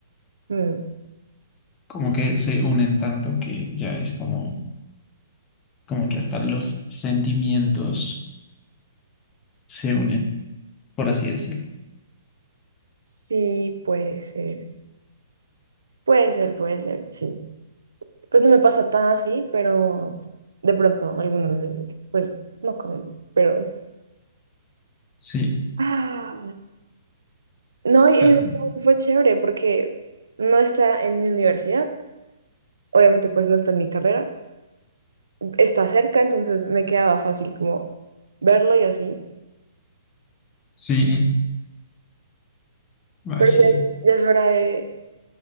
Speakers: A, on the right; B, on the left.
A: Mm,
B: Como que se unen tanto que ya es como, como que hasta los sentimientos se unen, por así decirlo.
A: Sí, puede ser. Puede ser, puede ser, sí. Pues no me pasa tan así, pero de pronto, algunas veces, pues no con él, pero...
B: Sí,
A: Ah, no, y
B: pero-
A: eso, eso fue chévere porque no está en mi universidad, obviamente pues no está en mi carrera está cerca, entonces me quedaba fácil como verlo y así.
B: sí, ay,
A: Pero
B: sí.
A: ya es, ya es hora de,